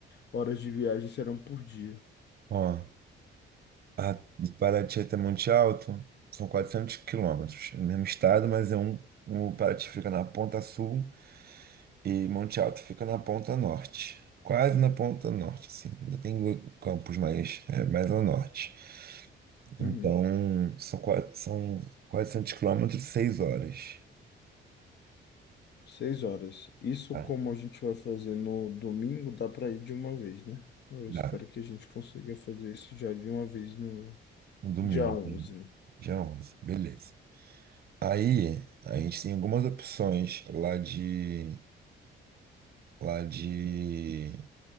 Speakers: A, on the left (about 60°); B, on the right (about 50°).
A: horas de viagem serão por dia.
B: Ó, a, de Paraty até Monte Alto são 400 quilômetros. É o mesmo estado, mas é um, um- o Paraty fica na ponta sul e Monte Alto fica na ponta norte. Quase na ponta norte, assim. Ainda tem campos mais, é, mais ao norte. Então,
A: Uhum.
B: são, qua- são 400 quilômetros, seis horas.
A: Seis horas. Isso
B: Tá.
A: como a gente vai fazer no domingo, dá para ir de uma vez, né? Eu
B: Dá.
A: espero que a gente consiga fazer isso já de uma vez no
B: No domingo,
A: dia onze, né?
B: dia 11, Beleza. Aí, a gente tem algumas opções lá de. lá de